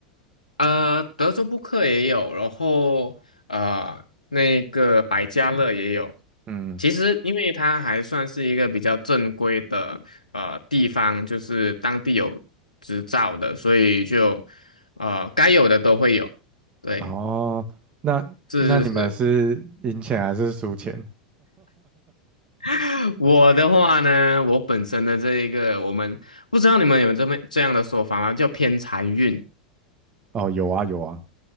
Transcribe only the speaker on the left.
呃，德州扑克也有，然后呃那个百家乐也有。
其实，因为它还算是一个比较正规的呃地方，就是当地有执照的，所以就呃该有的都会有。对，
是是是，<laughs> 我的话呢，我本身的这一个，我们不知道你们有这么这样的说法吗？叫偏财运。